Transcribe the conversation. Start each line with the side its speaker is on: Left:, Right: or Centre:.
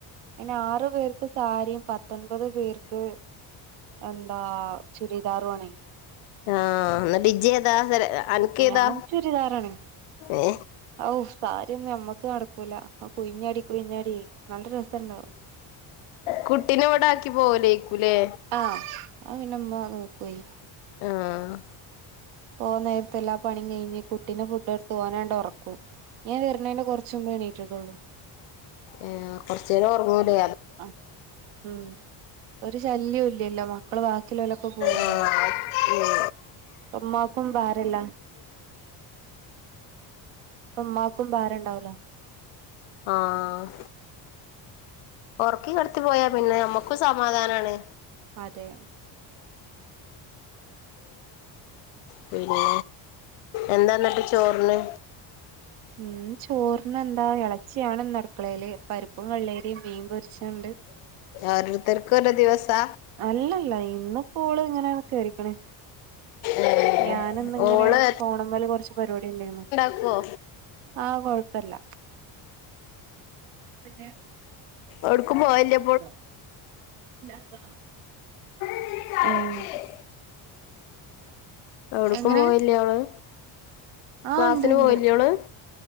Right: ഇങ്ങനെ ആറു പേർക്ക് സാരിയും പ ത്തൊൻപത് പേർക്ക് എന്താ ചുരിദാറുവേണേ
Left: ആ എന്നിട്ട് ഇജ്ജ് ഏതാ സെല അൻക്കേതാ
Right: ഞാൻ ചുരിദാറാണ്
Left: ഏ
Right: ഔ സാരിയൊന്നും അമ്മക്ക് നടക്കൂല ആ കുയിഞ്ഞാടി കുഴിഞ്ഞാടിയേ നല്ല രെസംയിണ്ടാവും
Left: കുട്ടിനേ ഇവിടാക്കി പോവൂലേക്കുല്ലേ
Right: ആ അത് പിന്നെ ഉമ്മ നോക്കുവേ
Left: ആഹ്
Right: പോവാൻ നേരത്ത് എല്ലാ പണിം കഴിഞ്ഞ് കുട്ടിനെ ഫുഡ് കൊടുത്ത് ഓനട് ഒറക്കും ഏ വര്ണേന്റെ കൊറച്ച് മുമ്പേ എണീറ്റുട്ടുള്ളൂ
Left: ഏ കൊറച്ചേരം ഒറങ്ങൂലേ
Right: ആ ഉം ഒരു ശല്യം ഇല്ലല്ലോ മക്കള് ബാക്കിയുള്ളോലൊക്കെ പോയി
Left: ആ അതെ
Right: ഉമ്മാക്കും ഭാരല്ല പ്പം ഉമ്മാക്കും ഭാരം ഉണ്ടാവൂലാ
Left: ആഹ് ഒറക്കി കെടത്തി പോയാ പിന്നെ നമ്മക്കും സമാധാനാണ്
Right: അതെ
Left: പിന്നെ എന്താ എന്നിട്ട് ചോറിന്
Right: ഉം ചോറിന് എന്താ എളച്ചിയാണ്ന്ന് അടക്കളേല് പരിപ്പും വെള്ളെരിയും മീൻ പൊരിച്ചെ ഇണ്ട്
Left: ആരുത്തർക്ക് പ്രത് ദിവസാ
Right: അല്ലല്ല ഇന്നു ഇപ്പോ ഓള് ഇങ്ങനെ കേറിക്കണ്
Left: ഏഹ്
Right: ഞാന് ഇന്നിങ്ങനെ
Left: ഓള്
Right: ഫോണുമ്മേല് കൊറച്ച് പരിപാടി ഇണ്ടേരുന്നു
Left: ഉവ്വോ
Right: ആ കൊഴ്പ്പല്ല പിന്നെ
Left: ഓടുക്കും പോവല്യ
Right: <inaudible>
Left: <inaudible>
Right: ഉം
Left: ഏടുക്കും
Right: എങ്ങനെ
Left: പോയില്ലേ അവള്
Right: ആഹ്
Left: ക്ലാസിന്
Right: ഉണ്ട് ഉണ്ട്
Left: പോയില്ലെ ഓള്